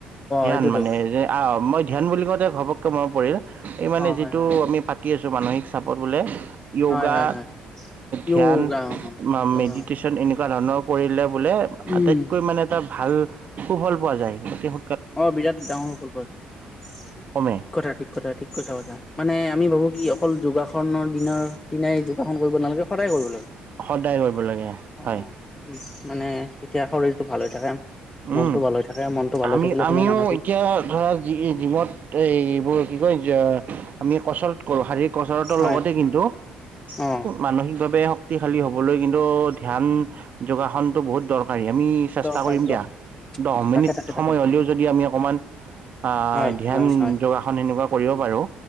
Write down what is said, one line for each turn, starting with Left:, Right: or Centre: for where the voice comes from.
Right: ধ্যান
Left: সেইটোতো
Right: মানে যে আ্ মই ধ্যান বুলি ক‌ওতে ঘপককে মনত পৰিল এই মানে
Left: অ
Right: যিটো
Left: হয় হয়
Right: আমি পাত তি আছো মানসিক চাপত বোলে- য়োগা,
Left: হয় হয় হয় য়োগা
Right: ধ্যান
Left: অ য়োগা
Right: মেডিটেচন এনেকুৱা ধৰণৰ কৰিলে বোলে
Left: উম
Right: আটাইতকৈ মানে এটা ভাল সুফল পোৱা যায়, গতি শ
Left: অঁ বিৰাট ডাঙৰ সু-ফল পোৱা যায়।
Right: কমে
Left: ঠিক কথা ঠিক কথা ঠিক কথা কৈছা। মানে আমি ভাবো কি অকল যোগাসনৰ দিনৰ দিনাই যোগাসন কৰিব নালাগে সদায় কৰিব লাগে।
Right: সদায় কৰিব লাগে,
Left: অ
Right: হয়।
Left: অ মানে তেতিয়া শৰীৰটো ভাল হৈ থাকা, মনটো
Right: উম
Left: ভাল হৈ থাকে মনটো ভাল
Right: আমি
Left: হৈ থাকিলে
Right: আমিও
Left: মানে মানসিক
Right: এতিয়া ধৰা জি-জিমত এই এইবোৰ কি কয়- আমি কচৰত কৰো শাৰীৰিক কচৰটৰ
Left: হয়
Right: লগতে কিন্তু
Left: অ
Right: মানসিকভাৱে হওক শক্তিশালী হ'বলে কিন্তু ধ্যান, যোগাসনটো বহুত দৰকাৰী হ- আমি চেষ্টা
Left: দৰকাৰ
Right: কৰিম
Left: দৰকাৰ
Right: দিয়া, দহ মিনিট
Left: তাকে তাকে তাকে
Right: সময় হ'লেও যদি আমি অকণমান আ্
Left: হয়
Right: ধ্যান,
Left: হয় হয়
Right: যোগাসন এনেকুৱা কৰিব পাৰো